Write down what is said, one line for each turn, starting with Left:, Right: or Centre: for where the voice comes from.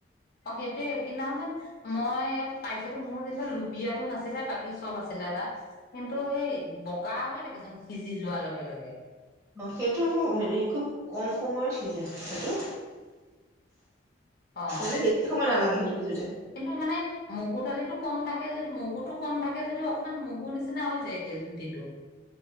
Left: অ সেইটোয়ে সেইদিনাসন যেন মই পাইছিলো মোৰ যেনিবা লুবিয়াতো নাছিলে বাকী চব আছিলে তাত কিন্তু সেই বগা হৈ থাকেচোন সিজি যোৱাৰ লগে লগে।
Right: অ সেইটো আকৌ হেৰি খুব কম সময়ত সিজে সেইটো।
Left: অ
Right: মানে বেছি সময় নালাগে সেইটো সিজোতে।
Left: কিন্তু মানে মগু দালিতটো কম থাকে যিহেতু মগুটো কম থাকে যদিও অকমান মগুৰ নিচিনা হৈ যায়গে জুতিটো।